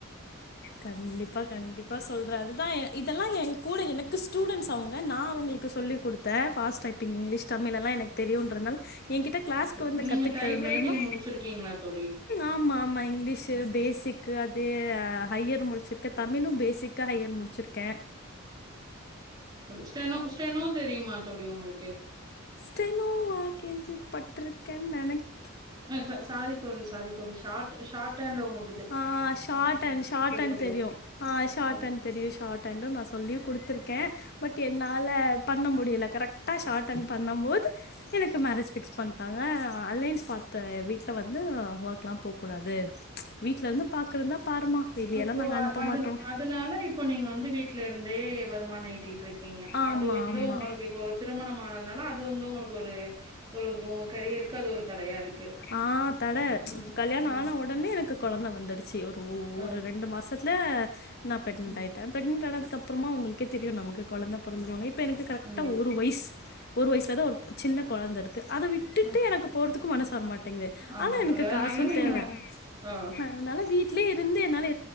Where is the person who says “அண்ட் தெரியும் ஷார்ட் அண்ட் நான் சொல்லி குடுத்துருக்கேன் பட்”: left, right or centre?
Left